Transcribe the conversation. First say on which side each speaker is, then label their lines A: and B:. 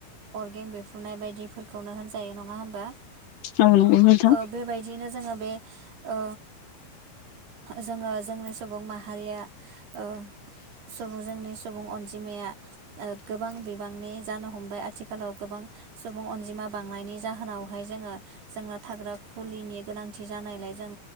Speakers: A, on the right (about 85°); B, on the left (about 65°).
A: अर्गें बिफ्रुनाय बायदिफोरखौनो होनजायो नङा। होमबा
B: औ नंगौ नोंथां
A: ओ बेबायदिनो जों जोङो बे ओ जोङो जोंनि सुबुं माहारिया ओ सुबुं जोंनि सुबुं अनजिमाया गोबां बिबांनि जानो हमबाय आथिखालाव गोबां सुबुं अनजिमा बांनायनि जाहोनावहाय जोङो जोंना थाग्रा कुलिनि गोनांथि जानायलाय जों